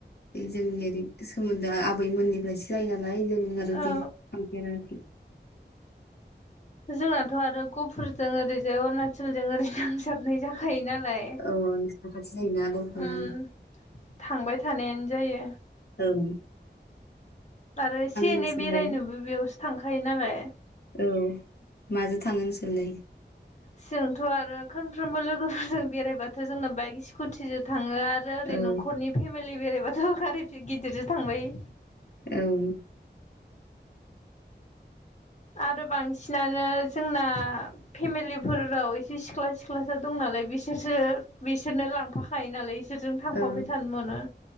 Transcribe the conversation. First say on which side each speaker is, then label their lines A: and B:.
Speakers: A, on the left; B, on the left.
A: बे जोंनि ओरै सोमोन्दोआ आबैमोननिफ्रायसो जायो नालाय जों आरो
B: औ
A: बे थांफेराखै
B: जोंनाथ' आरो गफुरजों ओरैजाय अरणाचलजों ओरै नांजाबनाय जाखायो नालाय
A: औ नोंसिना खाथि जायोना गफुरा
B: उम थांबाय थानायानो जायो
A: औ
B: आरो एसे एनै
A: नोंसोरलाय
B: बेरायनोबो बेयावसो थांखायो नालाय
A: औ माजों थाङो नोंसोरलाय
B: जोंथ' आरो खनफ्रोमबो लोगोफोरजों बेरायबाथ' जोंना बाइक स्कुथिजो थाङो आर आरो ओरै
A: ओं
B: न'खरनि फेमिलि बेरायबाथ' गारि गिदिरजों थांबाय
A: औ
B: आरो बांसिनानो जोंना फेमिलिफोराव एसे सिख्ला सिख्लासो दं नालाय बिसि बिसोरसो बिसोरनो लांफाखायो नालाय इसोरजों थांफाबाय
A: ओं
B: थानो मोनो